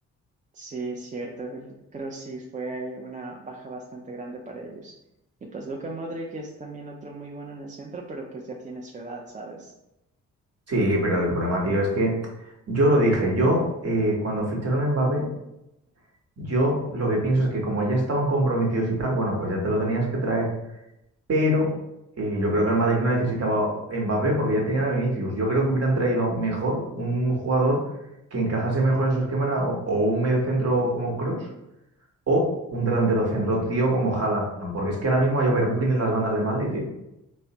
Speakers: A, on the right (about 20°); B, on the right (about 40°).
A: Sí, es cierto, el- creo sí fue una baja bastante grande para ellos. Y pues Luka Modric es también otro muy bueno en el centro, pero pues ya tiene su edad, ¿sabes?
B: Sí, pero el problema, tío, es que yo lo dije, yo eh, cuando ficharon a Mbappé, yo lo que pienso es que como ya estaban comprometidos y tal, bueno, pues ya te lo tenías que traer, pero eh, yo creo que el Madrid no necesitaba Mbappé porque ya tenían a Vinicius. Yo creo que hubieran traído mejor un jugador que encajase mejor en su esquema era o, o un medio centro como Cross o un delantero centro, tío, como Haaland, porque es que ahora mismo hay overbooking en las bandas del Madrid, tío.